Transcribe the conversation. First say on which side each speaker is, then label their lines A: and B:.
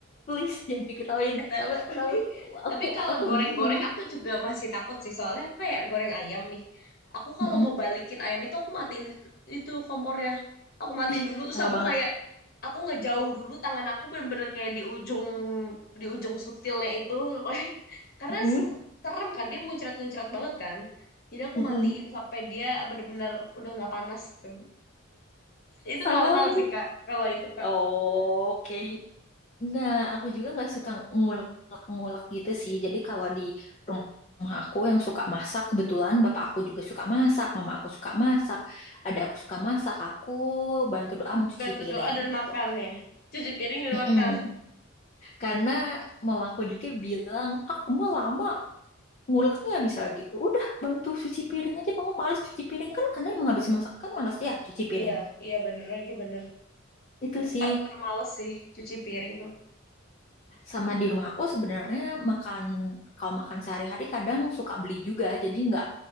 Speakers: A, on the left (about 35°); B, on the left (about 50°).
A: please jangan diketawain
B: Eh, ta-
A: tapi
B: <laughs> tapi
A: tapi aku
B: tapi kalau
A: aku
B: goreng-goreng
A: bingung
B: aku juga masih takut sih soalnya aku kayak goreng ayam nih aku kalau
A: Mm-mm.
B: mau balikin ayam itu aku matiin itu, itu kompornya aku matiin
A: ih
B: dulu terus
A: sama
B: aku
A: banget
B: kayak aku ngejauh dulu tangan aku bener-bener kayak di ujung di ujung sutilnya itu <laughs> pokoknya. karena
A: Mm-mm.
B: s- serem kan dia muncrat-muncrat banget kan jadi aku
A: Mm-mm.
B: matiin sampai dia bener-bener udah nggak panas gitu itu
A: sama
B: normal
A: lagi
B: sih kak kalau itu kak
A: oke nah aku juga nggak suka ngulek-ngulek gitu sih jadi kalau di rumah aku yang suka masak kebetulan bapak aku juga suka masak mama aku suka masak ada aku suka masak aku bantu doa mau cuci
B: bantu
A: piring
B: doa dan
A: gitu
B: makan ya cuci piring dan
A: Mm-mm.
B: makan
A: karena mama aku juga bilang aku mau lama ngulek misal gitu udah bantu cuci piring aja kamu males cuci piring kan karena emang habis masak kan males ya cuci piring
B: Iya, iya bener lagi bener.
A: itu
B: Itu
A: sih
B: part termales sih, cuci piring tuh.
A: sama di rumah aku sebenarnya makan kalau makan sehari-hari kadang suka beli juga jadi nggak